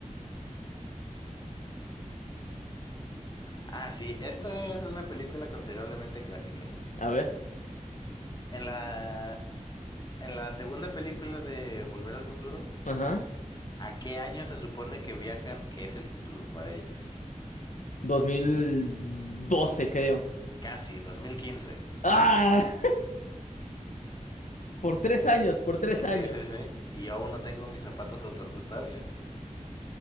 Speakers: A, on the left; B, on the left.
A: Ah, sí, esta es una película considerablemente clásica.
B: A ver.
A: En la, en la segunda película de Volver al Futuro,
B: Ajá.
A: ¿a qué año se supone que viajan que es el futuro para ellos?
B: 2012, creo.
A: Casi, 2015.
B: ¡Ah! <laughs> Por tres años, por tres años.
A: Sí, sí, sí. Y yo aún no tengo mis zapatos autoajustables.